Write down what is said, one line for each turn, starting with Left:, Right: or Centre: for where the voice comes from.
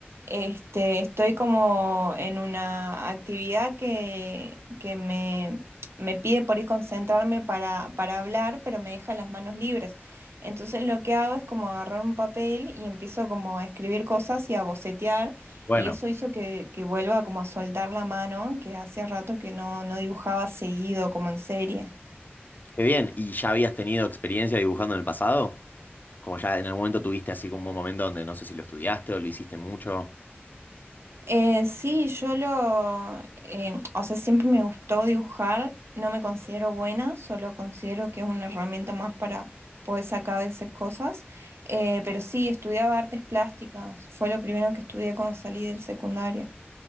Right: este, estoy como en una actividad que, que me, me pide por ahí concentrarme para, para hablar, pero me deja las manos libres. Entonces lo que hago es como agarrar un papel y empiezo como a escribir cosas y a bocetear.
Left: Bueno,
Right: Y eso hizo que, que vuelva como a soltar la mano, que hacía rato que no, no dibujaba seguido, como en serie.
Left: qué bien. ¿Y ya habías tenido experiencia dibujando en el pasado? Como ya en algún momento tuviste así como un momento donde no sé si lo estudiaste o lo hiciste mucho.
Right: Eh, sí, yo lo, eh, o sea, siempre me gustó dibujar, no me considero buena, solo considero que es una herramienta más para poder sacar a veces cosas, Eh, pero sí, estudiaba artes plásticas, fue lo primero que estudié cuando salí del secundario.